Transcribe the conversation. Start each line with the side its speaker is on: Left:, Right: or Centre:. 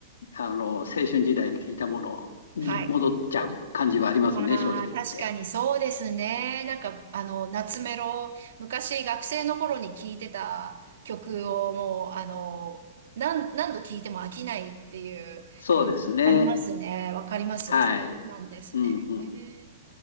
Left: あの、青春時代に聞いたものに戻っちゃう感じはありますね、
Right: はい。ああ、
Left: 正直言って。
Right: 確かにそうですね。なんか、あの、夏メロ、昔学生の頃に聴いてた曲をもう、あの、何、何度聴いても飽きないっていう感ありますね。
Left: そうですね。
Right: わかります。
Left: はい。
Right: あ、そうなんですね。
Left: うんうん。
Right: へえ